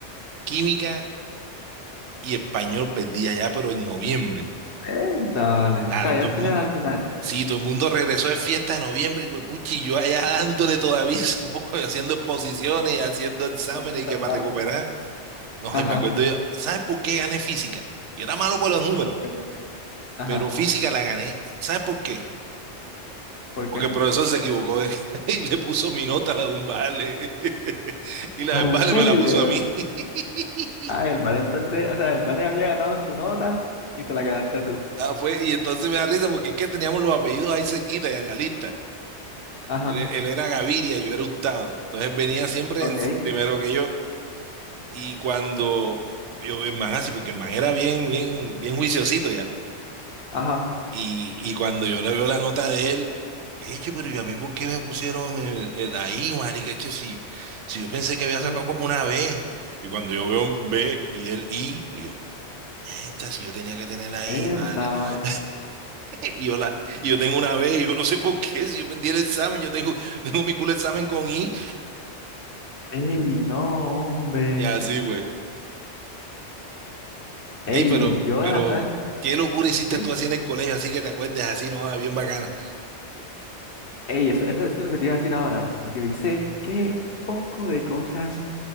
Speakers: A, on the right; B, on the left.
A: química y español, perdía ya, pero en noviembre.
B: Eh, dale.
A: Claro,
B: O sea, ya
A: todo
B: al
A: el
B: final,
A: Oh. mundo,
B: al final.
A: sí, todo el mundo regresó de fiesta en noviembre, y huepuchi, yo allá dándole todavía <laughs> ese poco, haciendo exposiciones, haciendo exámenes
B: tratando de salvar.
A: y que para recuperar. No,
B: Ajá.
A: y me acuerdo yo, ¿sabes por qué gané física? Yo era malo por los números,
B: ¿Por qué? Ajá.
A: pero física la gané. ¿Sabes por qué?
B: ¿Por
A: Porque
B: qué?
A: el profesor se equivocó de- <laughs> y le puso mi nota a la de un vale. <laughs> Y la
B: Ah,
A: del
B: ¿en
A: vale
B: serio?
A: me la puso a mí. <laughs>
B: Ah, el vale entonces, o sea, el vale había ganado su nota y te la quedaste tú.
A: Ah, pues, y entonces me da risa porque es que teníamos los apellidos ahí cerquita, ya en la lista.
B: Ajá.
A: Él, e- él era Gaviria y yo era Hurtado. Entonces venía siempre
B: Ok.
A: en- primero que yo. Y cuando yo, el man así, porque el man era bien, bien, bien juiciosito ya.
B: Ajá.
A: Y, y cuando yo le veo la nota de él, eche, pero yo a mí por qué me pusieron el, el ahí, marica? Eche, si, si yo pensé que había sacado
B: No, no.
A: como una B. Y cuando yo veo un B y el I, y yo, esta, si yo tenía que tener la
B: Verdad,
A: I, vale. <laughs> Y yo, la, y yo tengo una B, y yo no sé por qué, si yo perdí el examen, yo tengo, <laughs> tengo mi culo examen con I.
B: ey, no, hombre.
A: Y así, güey.
B: Ey,
A: Ey, pero,
B: yo
A: pero,
B: la verdad,
A: qué locura hiciste
B: sí.
A: tú así en el colegio, así que te acuerdes así, no, Ah, bien bacana.
B: Ey, eso, eso, eso es lo que te iba a decir ahora. Yo hice qué poco de cosas